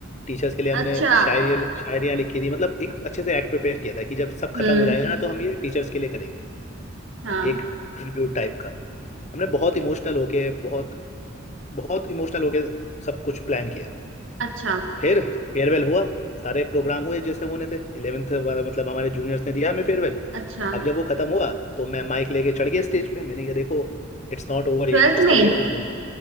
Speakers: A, on the left; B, on the right.
A: टीचर्स के लिए हमने
B: अच्छा
A: शायरी शायरियाँ लिखी थी मतलब एक अच्छे से एक्ट प्रिपेयर किया था कि जब सब खत्म
B: हम्म
A: हो जाएगा ना तो हम ये टीचर्स के लिए करेंगे
B: हाँ
A: एक ट्रिब्यूट टाइप का हमने बहुत इमोशनल होके बहुत बहुत इमोशनल होके सब कुछ प्लान किया
B: अच्छा
A: फिर फेयरवेल हुआ सारे प्रोग्राम हुए जैसे होने थे इलेवेंथ वाला मतलब हमारे जूनियर्स ने दिया हमें फेयरवेल
B: अच्छा
A: अब जब वो खत्म हुआ तो मैं माइक लेके चढ़ गया स्टेज पे मैंने कहा देखो इट्स नॉट ओवर येट
B: ट्वेल्थ
A: इस तरीके
B: में
A: से कुछ बोला